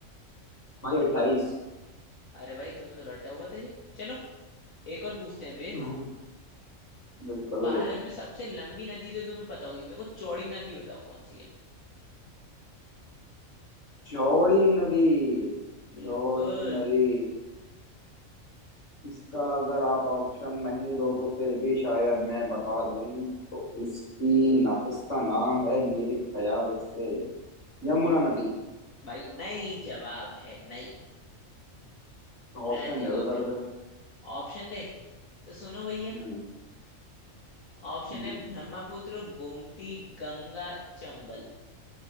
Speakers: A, on the left; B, on the left.
A: भाई अट्ठाईस <laughs>
B: अरे भाई तुम्हें तो रटा हुआ था जी चलो एक और पूछते हैं फिर
A: हम्म, बिल्कुल
B: भारत में सबसे लंबी नदी तो तुम्हें पता होगी मेरे को चौड़ी नदी बताओ कौन सी है
A: चौड़ी नदी
B: बिल्कुल
A: चौड़ी नदी इसका अगर आप ऑप्शन नहीं दो तो फिर भी शायद मैं बता दूं तो इसकी ना इसका नाम है मेरे ख्याल से यमुना नदी
B: भाई नहीं जवाब है नहीं
A: तो
B: गलत
A: ऑप्शन
B: जवाब
A: दे दो सर
B: है
A: फिर
B: ऑप्शन दे तो सुनो भैया
A: हम्म
B: ऑप्शन
A: जी,
B: है ब्रह्मपुत्र गोमती गंगा चंबल